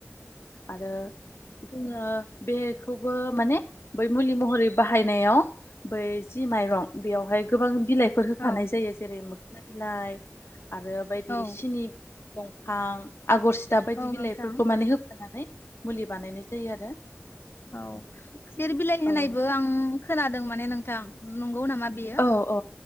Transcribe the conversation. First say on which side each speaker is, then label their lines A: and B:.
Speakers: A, on the left (about 85°); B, on the left (about 65°).
A: आरो जोङो बेखौबो माने बै मुलि महरै बाहा फायनायाव बै जि माइरं बेयावहाय गोबां बिलाइफोर होफानाय
B: औ
A: जायो जेरै मो बिलाइ आरो बायदि
B: औ
A: सिनि दंफां आगर सिटा बायदि
B: औ
A: बिलाइफोरखौ
B: नोंथां
A: माने होफानानै मुलि बानायनाय जायो आरो
B: औ खुसेर बिलाइ होनायबो
A: औ।
B: आं खोनादों माने नोंथां नंगौ नामा बेयो
A: औ औ